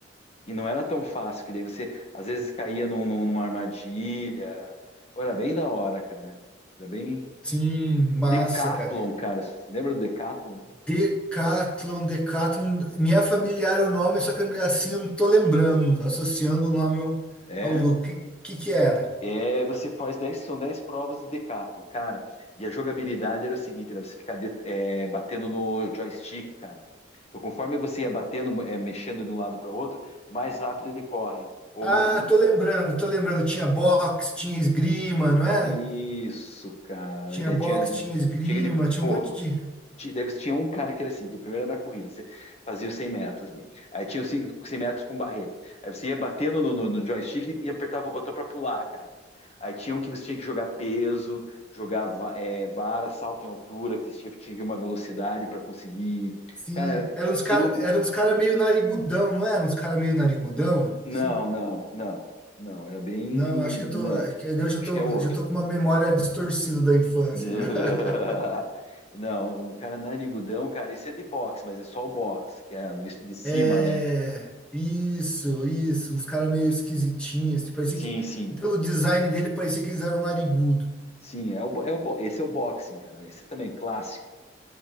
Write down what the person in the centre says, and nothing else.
Sim, massa,
cara.
Decathlon, Decathlon. Me é familiar o nome, só que assim eu não tô lembrando, associando o nome ao,
ao jogo. Que, que que era?
Ah,
tô lembrando, tô lembrando. Tinha boxe, tinha esgrima, não é?
Tinha
boxe,
tinha esgrima,
tinha
um monte de.
Sim,
eram uns caras,
eram uns cara meio narigudão, não eram uns caras meio narigudão,
assim?
Não, acho que eu tô,
acho que eu já
tô,
já tô com uma memória distorcida da infância
já. <laughs>
É,
isso, isso, uns caras meio esquisitinhos, assim, parecia
que
pelo design dele parecia que eles eram narigudo.